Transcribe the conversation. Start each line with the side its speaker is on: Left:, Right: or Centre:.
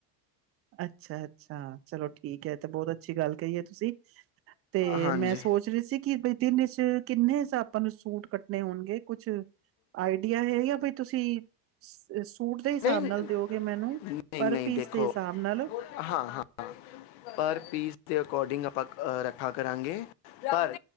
Right: ਅੱਛਾ-ਅੱਛਾ ਚਲੋ ਠੀਕ ਐ। ਇਹ ਤੇ ਬਹੁਤ ਅੱਛੀ ਗੱਲ ਕਹੀਏ ਤੁਸੀਂ। ਤੇ
Left: ਹਾਂਜੀ
Right: ਮੈਂ ਸੋਚ ਰਹੀ ਸੀ ਕਿ ਬਈ ਦਿਨ 'ਚ ਕਿੰਨੇ ਆਪਾਂ ਨੂੰ ਸੂਟ ਕੱਟਣੇ ਹੋਣਗੇ। ਕੁਛ ਆਈਡੀਆ ਹੈ ਜਾਂ ਫਿਰ ਤੁਸੀਂ ਸੂਟ ਦੇ ਹਿਸਾਬ
Left: ਨਹੀਂ ਨਹੀਂ
Right: ਨਾਲ ਦਿਓਗੇ ਮੈਨੂੰ ਪਰ
Left: ਨਹੀਂ
Right: ਪੀਸ
Left: ਦੇਖੋ
Right: ਦੇ ਸਾਬ ਨਾਲ।
Left: ਹਾਂ- ਹਾਂ। ਪਰ ਪੀਸ ਦੇ ਅਕੋਡਿੰਗ ਆਪਾਂ ਰੱਖਾ ਕਰਾਂਗੇ। ਪਰ